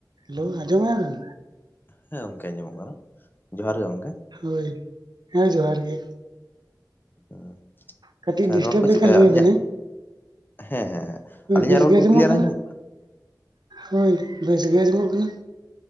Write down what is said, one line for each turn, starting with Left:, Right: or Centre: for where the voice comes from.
Right: ᱦᱮᱞᱳ ᱟᱸᱡᱚᱢᱮᱜᱼᱟ ᱵᱮᱱ?
Left: ᱦᱮᱸ ᱜᱚᱝᱠᱮ ᱟᱸᱡᱚᱢᱚᱜ ᱠᱟᱱᱟ, ᱡᱚᱦᱟᱨ ᱜᱮ ᱜᱚᱝᱠᱮ ᱾
Right: ᱦᱳᱭ, ᱦᱮᱸ ᱡᱚᱦᱟᱨ ᱜᱮ ᱾
Left: ᱦᱮᱸ
Right: ᱠᱟᱹᱴᱤᱡ
Left: ᱟᱪᱪᱷᱟ
Right: ᱰᱤᱥᱴᱟᱵᱽ
Left: ᱨᱚᱲ ᱠᱚ
Right: ᱞᱮᱠᱷᱟᱱ
Left: ᱪᱮᱫᱠᱟᱹ
Right: ᱞᱟᱹᱭ
Left: ᱟᱹᱞᱤᱧᱟᱜ
Right: ᱟᱵᱮᱱᱟᱹᱧ
Left: ᱦᱮᱸ ᱦᱮᱸ ᱦᱮᱸ,
Right: ᱦᱳᱭ
Left: ᱟᱹᱞᱤᱧᱟᱜ
Right: ᱵᱮᱥ
Left: ᱨᱚᱲ
Right: ᱜᱮ
Left: ᱠᱚ ᱠᱞᱤᱭᱟᱨ
Right: ᱠᱟᱱᱟ
Left: ᱟᱸᱡᱚᱢᱚᱜ
Right: ᱦᱳᱭ, ᱵᱮᱥ ᱜᱮ ᱟᱸᱡᱚᱢᱚᱜ ᱠᱟᱱᱟ ᱾